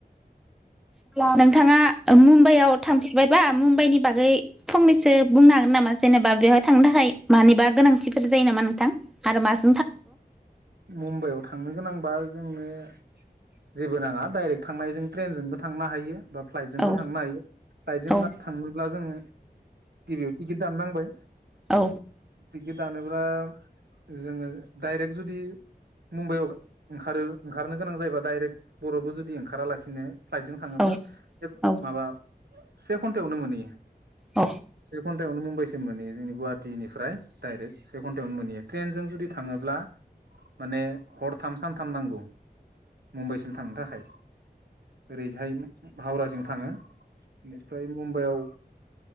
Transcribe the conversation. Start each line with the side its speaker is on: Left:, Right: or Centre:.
Centre: <unintelligible> नोंथाङा मुम्बाइआव थांफेरबायबा मुम्बाइनि बागै फंनैसो बुंनो हागोन नामा जेनेबा बेवहाय थांनो थाखाय मानिबा गोनांथिफोर जायो नामा नोंथां? आरो मास
Right: मुम्बाइआव थांनो गोनांबा जोंनो जेबो नाङा डाइरेक्ट थांनो हायो जों ट्रेनजोंबो थांनो हायो। बा फ्लाइटजोंबो
Centre: औ
Right: थांनो हायो फ्लाइटजोंबा
Centre: औ
Right: थांनोब्ला जोङो गिबियाव टिकेट दान नांबाय
Centre: औ
Right: टिकेट दानोब्ला जोङो डाइरेक्ट जुदि मुम्बाइआव ओंखारो ओंखारनो गोनां जायोबा डाइरेक्ट बर'बो जुदि ओंखारालासिनो फ्लाइटजों थाङोब्ला
Centre: औ
Right: बे
Centre: औ
Right: माबा से घन्टावनो मोनैयो।
Centre: अ।
Right: से घन्टायावनो मुम्बाइसिम मोनैयो जोंनि गुवाहाटिनिफ्राय डाइरेक्ट से घन्टायावनो मोनहैयो। ट्रेनजों जुदि थाङोब्ला माने हरथाम सानथाम नांगौ। मुम्बाइसिम थांनो थाखाय। ओरैहाय हावराजों थाङो बेनिफ्राय मुम्बाइआव